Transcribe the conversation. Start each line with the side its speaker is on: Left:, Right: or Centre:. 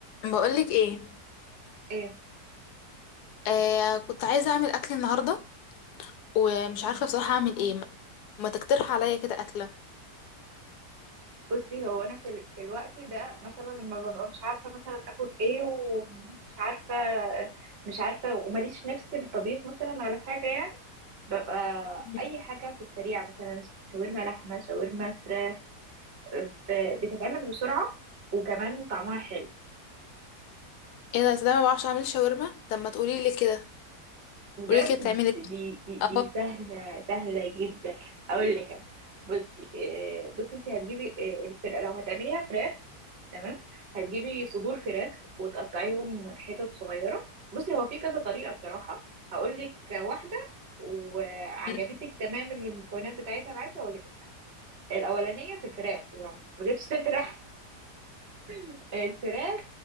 Left: بقولك ايه
Right: ايه
Left: آه كنت عايزه اعمل اكل النهارده ومش عارفه بصراحه اعمل ايه ما ما تقترح عليا كده اكله
Right: بصي هو انا في, ال... في الوقت ده مثلا لما ببقى مش عارفه مثلا اكل ايه ومش عارفه مش عارفه وماليش نفس الطبيخ مثلا ولا حاجه يعني ببقى
Left: مم.
Right: اي حاجه في السريع مثلا شاورما لحمه شاورما فراخ آه، ف... بتتعمل بسرعه وكمان طعمها حلو
Left: ايه ده أصل انا ما بعرفش اعمل شاورما طب ما تقولي لي كده
Right: بجد
Left: قولي لي كده بتعملي إيه؟
Right: دي دي
Left: اه
Right: دي سهلة سهلة جدا أقول لك أنا بصي آه، بصي أنت هتجيبي آه، الفرقة لو هتعمليها فراخ تمام هتجيبي صدور فراخ وتقطعيهم حتت صغيرة بصي هو في كذا طريقة بصراحة هقول لك واحدة وعجبتك
Left: مم.
Right: تمام المكونات بتاعتها معاكي هقول لك الأولانية في الفراخ ما جبتش سيرة اللحم <laughs> الفراخ